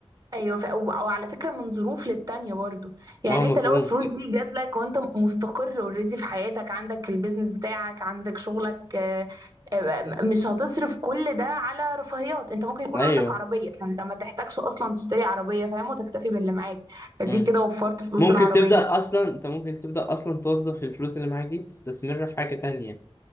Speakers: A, on the right (about 35°); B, on the left (about 25°).
A: ايوه ف... و- وعلى فكره من ظروف للتانيه برضو يعني
B: اه مظبوم
A: انت لو الفلوس دي جات لك وانت مستقر اوريدي في حياتك عندك البيزنس بتاعك عندك شغلك آه، آه، مش هتصرف كل ده على رفاهيات انت ممكن يكون
B: ايوه
A: عندك عربيه فانت ما تحتاجش اصلا تشتري عربيه فاهم وتكتفي باللي معاك فدي
B: مم.
A: كده وفرت فلوس
B: ممكن
A: العربيه
B: تبدأ اصلا انت ممكن تبدأ اصلا توظف الفلوس اللي معاك دي تستثمرها في حاجة تانية